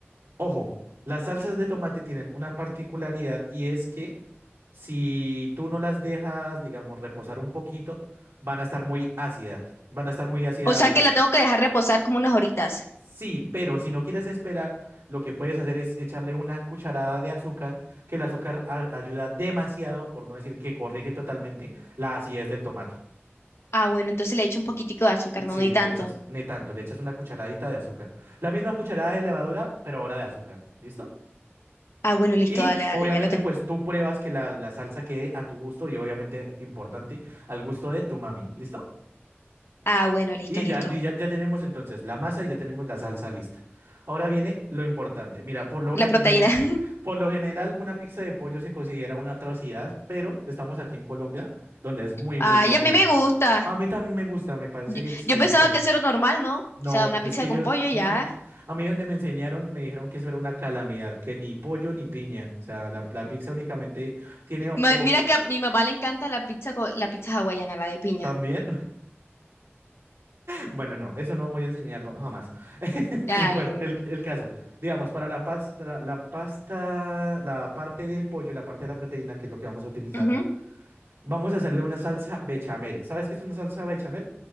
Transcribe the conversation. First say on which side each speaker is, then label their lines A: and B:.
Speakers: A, on the right (about 75°); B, on the left (about 70°).
A: Ojo, las salsas de tomate tienen una particularidad y es que si tú no las dejas, digamos, reposar un poquito, van a estar muy ácidas, van a estar muy ácidas
B: O sea que la tengo que dejar reposar como unas horitas.
A: Sí, pero si no quieres esperar, lo que puedes hacer es echarle una cucharada de azúcar, que el azúcar a- ayuda demasiado, por no decir que corrige totalmente la acidez del tomate.
B: Ah, bueno, entonces le echo un poquitico de azúcar, no,
A: Sí,
B: no hay tanto.
A: le echas, ni tanto, le echas una cucharadita de azúcar. La misma cucharada de levadura, pero ahora de azúcar. ¿Listo?
B: Ah, bueno,
A: Y
B: listo,
A: y,
B: dale, dale,
A: obviamente,
B: ya lo tengo.
A: pues tú pruebas que la, la salsa quede a tu gusto y obviamente, importante, al gusto de tu mami. ¿Listo?
B: Ah, bueno, listo,
A: Y
B: listo.
A: ya, y ya, ya tenemos entonces la masa y ya tenemos la salsa lista. Ahora viene lo importante. Mira, por lo
B: La
A: general,
B: proteína. <laughs>
A: por lo general, una pizza de pollo se considera una atrocidad, pero estamos aquí en Colombia, donde es muy,
B: Ay,
A: muy común.
B: a mí me gusta.
A: A mí también me gusta, me parece
B: Yo,
A: exquisita.
B: yo pensaba que eso era normal, ¿no? O
A: No,
B: sea, una
A: es
B: pizza
A: que yo,
B: con pollo
A: no.
B: y ya.
A: A mí donde me enseñaron me dijeron que eso era una calamidad, que ni pollo ni piña. O sea, la, la pizza únicamente tiene o o-
B: Ma- mira que a mi mamá le encanta la pizza co- la pizza hawaiana, la de piña.
A: también. Bueno, no, eso no voy a enseñarlo jamás. <laughs>
B: Ay.
A: Bueno, el, el caso, digamos, para la pasta, la, la pasta, la parte del pollo, la parte de la proteína, que es lo que vamos a utilizar,
B: ujú.
A: vamos a hacerle una salsa bechamel. ¿Sabes qué es una salsa bechamel?